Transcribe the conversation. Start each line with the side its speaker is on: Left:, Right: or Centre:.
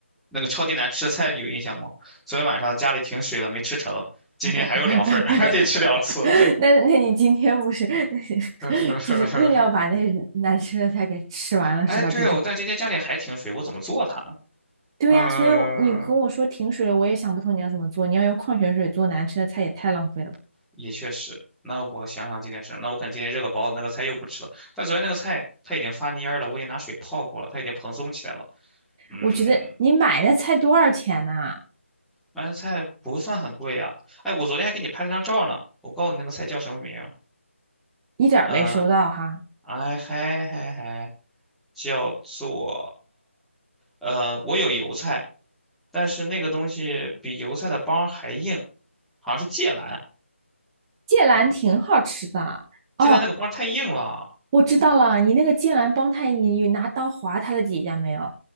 Centre: 那个超级难吃的菜，你有印象吗？昨天晚上家里停水了，没吃成，今天还有两份儿，
Right: <laughs>
Centre: <laughs> 还得吃两次。
Right: 那那你今天不是 <laughs>
Centre: <laughs>
Right: 就是硬要把那难吃的菜给吃完了是吧？
Centre: 哎，对哦，
Right: 这种。
Centre: 但今天家里还停水，我怎么做它呢？
Right: 对呀，
Centre: 嗯，
Right: 所以你跟我说停水了，我也想不通你要怎么做。你要用矿泉水做难吃的菜，也太浪费了吧。
Centre: 也确实。那我想想今天吃什么，那我可能今天热个包子，那个菜又不吃了。但昨天那个菜它已经发蔫儿了，我已经拿水泡过了，它已经蓬松起来了。嗯，
Right: 我觉得你买那菜多少钱呐、
Centre: 买的菜不算很贵啊。哎，我昨天还给你拍了张照呢，我告诉你那个菜叫什么名儿
Right: 一点儿没收到哈。
Centre: 嗯，哎嗨嗨嗨，叫做呃，我有油菜，但是那个东西比油菜的帮还硬，好像是芥兰。
Right: 芥蓝挺好吃的。哦，
Centre: 芥兰那个帮太硬了，
Right: 我知道了，你那个剑兰帮他，你拿刀划他的几下没有？